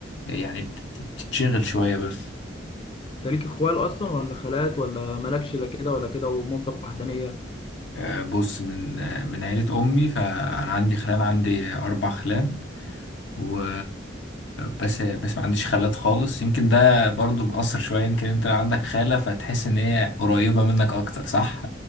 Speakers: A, on the left; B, on the left.
A: يعني بت- بتتشغل شوية بس
B: أنت ليك إخوال أصلا ولا خالات ولا مالكش لا كده ولا كده ومامتك وحدانية
A: آه، بص من آه، من عيلة أمي فأنا عندي خلان عندي أربع خلان و بس بس ما عنديش خالات خالص يمكن ده برضو مأثر شوية يمكن انت لو عندك خالة فتحس ان هي قريبة منك اكتر صح؟